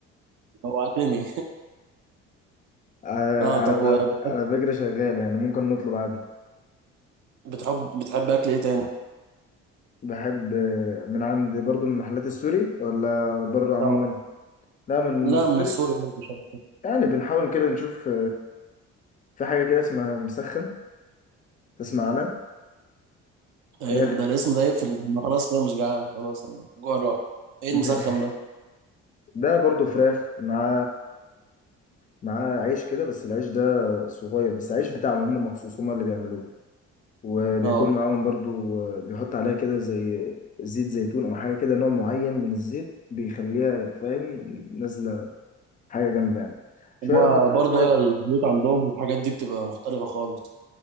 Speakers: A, on the right (about 60°); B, on the left (about 25°).
A: جوعتني
B: <laughs> على
A: <laughs> اه
B: على
A: طب وبتحب
B: على فكرة شغال يعني ممكن نطلب عادي
A: بتحب بتحب اكل ايه تاني
B: بحب من عند برضو من المحلات السوري ولا بره عموما
A: اه
B: لا من
A: لا
B: السوري
A: من السوري برضه شوية.
B: يعني بنحاول كده نشوف في حاجة كده اسمها مسخن تسمع عنها
A: ده
B: فراخ
A: ايه ده الاسم ده يقفل أنا خلاص كده مش جعان خلاص انا جوع راح ايه
B: <laughs>
A: المسخم ده
B: ده برضو فراخ مع مع عيش كده بس العيش ده صغير بس العيش بتاعهم هم مخصوص هم اللي بيعملوه وبيكون
A: اه
B: معاهم برضو بيحط عليها كده زي زيت زيتون أو حاجة كده نوع معين من الزيت بيخليها فاهم نازلة حاجة جامدة يعني شوية
A: هما
B: يحط
A: برضه
B: لك بقى
A: هي البيوت عندهم والحاجات دي بتبقى مختلفه خالص